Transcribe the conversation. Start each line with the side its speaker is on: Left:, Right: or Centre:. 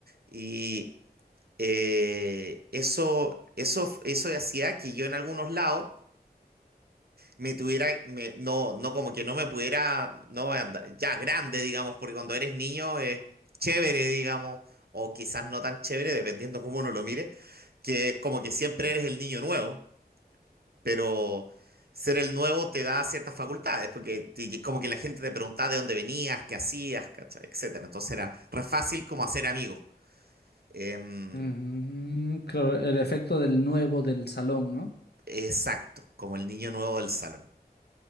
Right: Y eh, eso, eso, eso hacía que yo en algunos lados me tuviera, me- no, no como que no me pudiera, no andar- ya grande, digamos, porque cuando eres niño es chévere, digamos, o quizás no tan chévere, dependiendo cómo uno lo mire, que es como que siempre eres el niño nuevo pero ser el nuevo te da ciertas facultades, porque te- como que la gente te preguntaba de dónde venías, qué hacías, ¿cachai? etcétera. Entonces era re fácil como hacer amigos. Em,
Left: Mm, claro, el efecto del nuevo del salón, ¿no?
Right: exacto, como el niño nuevo del salón.